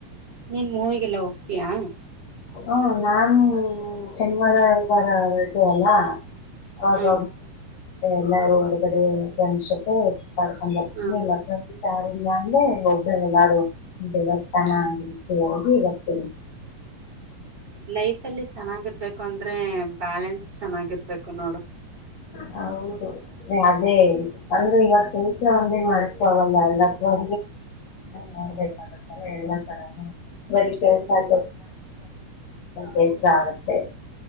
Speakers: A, on the right; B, on the left.
A: ನೀನ್ ಮೂವಿಗೆಲ್ಲ ಹೋಗ್ತೀಯಾ.
B: ಹ್ಮ ನಾು ಶನ್ಿವಾರ ಇವಾರ ರಜೆ ಅಲ್ಲ ಅವಾಗ
A: ಹ
B: ಎಲ್ಲಾರೂ ಹೊರಗಡೆ ಸ್ಂಡಸತೆ ಪಡ್ಕೊಂಡ್ ಬರ್
A: ಹ
B: ಇಲ್ಲ ಸ ಾರಲ್ಲಾ ಅಂದ್ರೆ ಒಬ್ಬಳ ಎಲ್ಲಡೂ ದೇವಸ್ಥಾನ ರೀತಿಯೋಗ ಇಡತೇರಿ
A: ಲೈಫ್ ಅಲ್ಲಿ ಚೆನ್ನಾಗಿರ್ಬೇಕು ಯಾಕಂದ್ರೆ ಬ್ಯಾಲೆನ್ಸ್ ಚೆನ್ನಾಗಿರ್ಬೇಕು ನೋಡು
B: ಹೌದು ಅದೇ ಅಂದ್ರೆ ಈವತ್ತು ಕೆಲ್ಸ ಒಂದೇ ಮಾಡ್ಕೊಲ್ಲ ಎಲ್ಲ ತ ನೋಡ್ಬೇಕಾಗತ್ತಾರೆ ಎಲ್ಲಾ ತರಾನ ಬರಿ ಕೆೇಲಸಾ
A: ಹ್ಮ್
B: ಬಸ್ ಆಗುತ್ತೆ